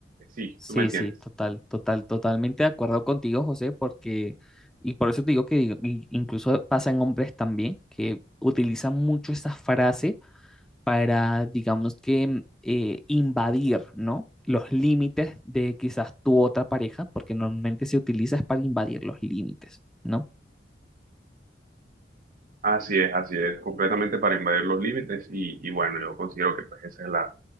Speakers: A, on the right; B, in the centre.
A: sí,
B: Sí,
A: tú me entiendes.
B: sí, total, total, totalmente de acuerdo contigo, José, porque, y por eso te digo que digo, y- incluso pasa en hombres también, que utilizan mucho esa frase para, digamos que, eh, invadir, ¿no? Los límites de quizás tu otra pareja, porque normalmente se utiliza es para invadir los límites, ¿no?
A: Así es, así es, completamente para invadir los límites y, y bueno, yo considero que pues, esa es la,